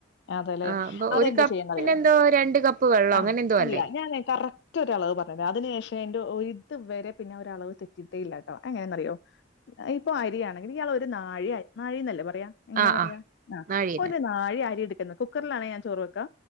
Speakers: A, on the left; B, on the right.
A: അതെല്ലെ
B: ആഹ് അപ്പൊ
A: അതെന്താ
B: ഒരു കപ്പിന്
A: ചെയ്യാന്നറിയോ
B: എന്തോ രണ്ട് കപ്പ് വെള്ളോ
A: ആഹ്
B: അങ്ങനെ എന്തോ
A: അല്ല
B: അല്ലേ
A: ഞാനെ കറ റ്റൊ ഒരളവ് പറഞ്ഞില്ല അതിനു ശേഷം എന്റെ ഇതുവരെ പിന്നെ ഒരളവ് തെറ്റിയിട്ടേ ഇല്ലാ ട്ടോ എങ്ങനെയെന്നറിയോ ഇപ്പൊ അരിയാണെങ്കില് ഇയാൾ ഒരു നാഴി അരി നാഴിന്നല്ലേ പറയാ
B: ആഹ്
A: എങ്ങനെയാ പറയാ
B: ആഹ്
A: ആഹ്
B: നാഴിയെന്നെ
A: ഒരു നാഴി അരിയടുക്കുന്ന് കുക്കറിലാണേ ഞാൻ ചോറ് വെക്കാ